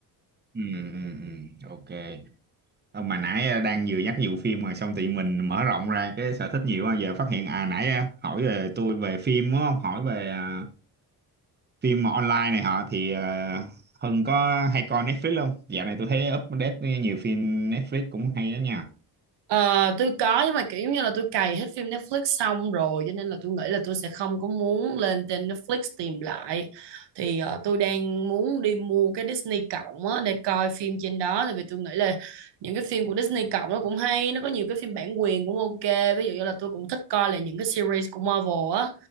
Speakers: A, on the right (about 25°); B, on the right (about 80°).
A: Ừ, ừ, ừ, ok. Ờ, Mà nãy ờ, đang vừa nhắc vụ phim mà xong thì mình mở rộng ra cái sở thích nhiều quá giờ phát hiện à nãy ờ, hỏi về tôi về phim đúng không? Hỏi về ờ, phim online này họ thì ờ, Hưng có hay coi Netflix không? Dạo này tôi thấy update nhiều phim Netflix cũng hay đó nha.
B: Ờ, tôi có nhưng mà kiểu như là tôi cày hết phim Netflix xong rồi cho nên là tôi nghĩ là tôi sẽ không có muốn lên trên Netflix tìm lại thì ờ, tôi đang muốn đi mua cái Disney cộng á để coi phim trên đó tại vì tôi nghĩ là những cái phim của Disney cộng nó cũng hay nó có nhiều cái phim bản quyền cũng ok ví dụ như là tôi cũng thích coi là những cái series của Marvel á